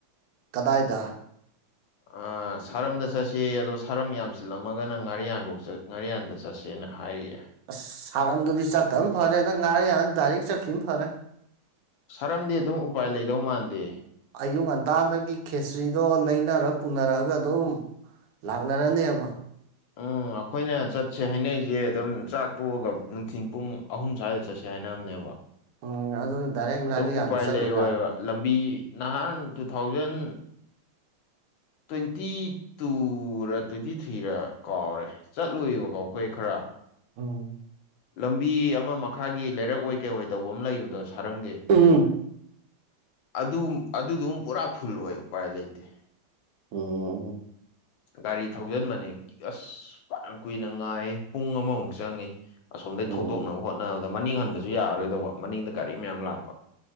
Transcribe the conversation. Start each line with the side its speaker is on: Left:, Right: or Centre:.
Right: ꯀꯗꯥꯏꯗ
Left: ꯑ ꯁꯔꯝꯗ ꯆꯠꯁꯦꯌꯦ ꯑꯗꯣ ꯁꯥꯔꯝ ꯌꯥꯝ ꯆꯤꯜꯂꯝꯃꯒꯅ ꯉꯥꯔꯤꯌꯥꯟꯐꯧ ꯆꯠ ꯉꯥꯔꯤꯌꯥꯟꯗ ꯆꯠꯁꯦꯅ ꯍꯥꯏꯔꯤꯌꯦ
Right: ꯑꯁ ꯁꯥꯔꯟꯗꯨꯗꯤ ꯆꯠꯇꯝ ꯐꯔꯦꯗ ꯉꯥꯔꯤ ꯌꯥꯥꯟꯅ ꯗꯥꯏꯔꯦꯛ ꯆꯠꯈꯤꯝ ꯐꯔꯦ
Left: ꯁꯥꯔꯝꯗꯤ ꯑꯗꯨꯝ ꯎꯄꯥꯏ ꯂꯩꯗꯧ ꯃꯥꯟꯗꯦ
Right: ꯑꯌꯨꯛ ꯉꯟꯇꯥꯗꯒꯤ ꯈꯦꯆꯔꯤꯗꯣ ꯂꯩꯅꯔ ꯄꯨꯅꯔꯛꯑꯒ ꯑꯗꯨꯝ ꯂꯥꯛꯅꯔꯅꯦꯕ
Left: ꯎꯨꯝ ꯑꯩꯈꯣꯏꯅ ꯆꯠꯁꯦ ꯍꯥꯏꯅꯔꯤꯁꯦ ꯑꯗꯨꯝ ꯆꯥꯛ ꯇꯣꯛꯑꯒ ꯅꯨꯡꯊꯤꯟ ꯄꯨꯡ ꯑꯍꯨꯝ ꯁ꯭ꯋꯥꯏꯗ ꯆꯠꯁꯤ ꯍꯥꯏꯅꯅꯦꯕ
Right: ꯎꯝ ꯑꯗꯨꯅ ꯗꯥꯏꯔꯦꯛ ꯉꯥꯔꯤꯌꯥꯟꯗ
Left: ꯑꯗꯨꯝ ꯎꯄꯥꯏ
Right: ꯆꯠꯂꯨ
Left: ꯂꯩꯔꯣꯏꯕ
Right: ꯌꯥꯔꯦ
Left: ꯂꯝꯕꯤ ꯅꯍꯥꯟ ꯇꯨ ꯊꯥꯎꯖꯟ ꯇꯣꯏꯟꯇꯤ ꯇꯨꯔ ꯇꯣꯏꯟꯇꯤ ꯊ꯭ꯔꯤꯔ ꯀꯥꯎꯔꯦ ꯆꯠꯂꯨꯏꯕꯀꯣ ꯑꯩꯈꯣꯏ ꯈꯔ
Right: ꯎꯨꯝ
Left: ꯂꯝꯕꯤ ꯑꯃ ꯃꯈꯥꯒꯤ ꯂꯩꯔꯛꯑꯣꯏ ꯀꯩꯑꯣꯏ ꯇꯧꯕ ꯑꯃ ꯂꯩꯕꯗꯣ ꯁꯥꯔꯝꯒꯤ
Right: ꯎꯨꯝ
Left: ꯑꯗꯨ ꯑꯗꯨꯗꯨꯝ ꯄꯨꯔꯥ ꯐꯨꯜ ꯑꯣꯏ ꯎꯄꯥꯏ ꯂꯩꯇꯦ꯫
Right: ꯎꯨꯝ
Left: ꯒꯥꯔꯤ ꯊꯧꯖꯤꯟꯕꯅꯦ ꯑꯁ ꯐꯅ ꯀꯨꯏꯅ ꯉꯥꯏ ꯄꯨꯡ ꯑꯃꯃꯨꯛ ꯆꯪꯉꯤ ꯑꯁꯣꯝꯗꯒꯤ
Right: ꯎꯝ
Left: ꯊꯧꯗꯣꯛꯅꯕ ꯍꯣꯠꯅꯕꯗ ꯃꯅꯤꯡ ꯍꯟꯕꯁꯨ ꯌꯥꯔꯔꯣꯏꯗꯧꯕ ꯃꯅꯤꯡꯗ ꯒꯥꯔꯤ ꯃꯌꯥꯝ ꯂꯥꯛꯄ